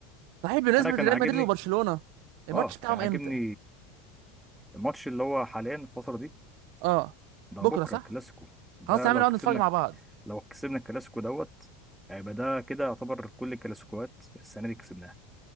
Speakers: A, on the right; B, in the centre.
A: صحيح بالنسبه
B: أنا كان
A: لريال
B: عاجبني
A: مدريد وبرشلونه الماتش
B: آه
A: بتاعهم
B: كان عاجبني
A: امتى
B: الماتش اللي هو حاليا الفترة دي
A: اه
B: ده
A: بكره
B: بكرة
A: صح
B: كلاسيكو ده
A: خلاص يا
B: لو
A: عم نقعد
B: كسبنا
A: نتفرج مع بعض
B: لو كسبنا الكلاسيكو دوت هيبقى ده كده يعتبر كل الكلاسيكوات السنة دي كسبناها